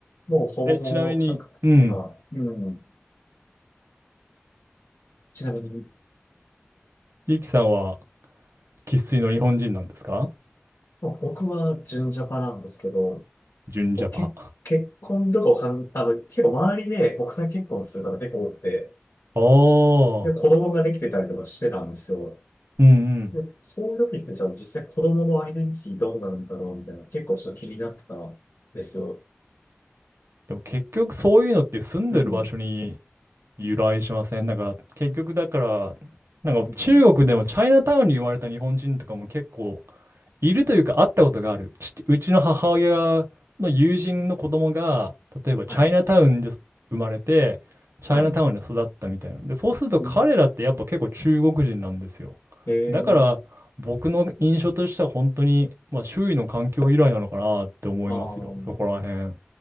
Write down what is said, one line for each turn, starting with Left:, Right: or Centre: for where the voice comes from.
Left: もうほぼほぼ感覚には、
Right: え、ちなみに、うん、
Left: うん、ちなみに
Right: ゆきさんは生粋の日本人なんですか
Left: まあ僕は純ジャパなんですけど、
Right: 純ジャパ。
Left: こうけ結婚とかをかん、あの、結構周りで国際結婚する方結構多くて、
Right: お
Left: で、子供ができてたりとかしてたんですよ。
Right: ー、うんうん。
Left: で、そういう時ってじゃあ実際子供のアイデンティティどうなんだろうみたいな、結構ちょっと気になってたんですよ。
Right: でも結局そういうのって住んでる場所に
Left: うん。
Right: 由来しません。なんか結局だから、なんか中国でもチャイナタウンに言われた日本人とかも結構
Left: うん。
Right: いるというか会ったことがある。ちうちの母親の友人の子供が、例えばチャイナタウンで生まれて、
Left: はい。
Right: チャイナタウンで育ったみたいな。
Left: はい。
Right: で、そうすると彼らってやっぱ結構中国人なんですよ。
Left: うん、えー、
Right: だから僕の印象としては本当に、まあ、周囲の環境由来なのかなって思いますよ。
Left: ああ、
Right: そこら辺。